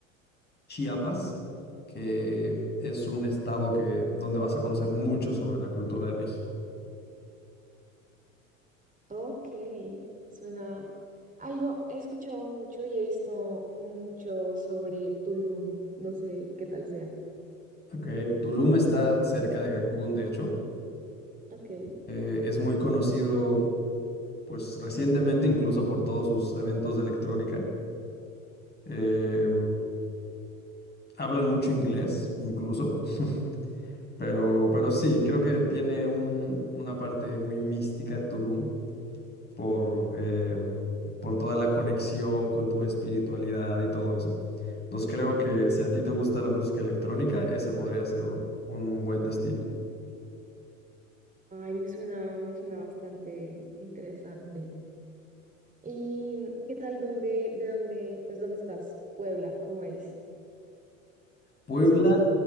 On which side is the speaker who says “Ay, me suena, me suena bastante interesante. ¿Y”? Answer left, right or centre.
Right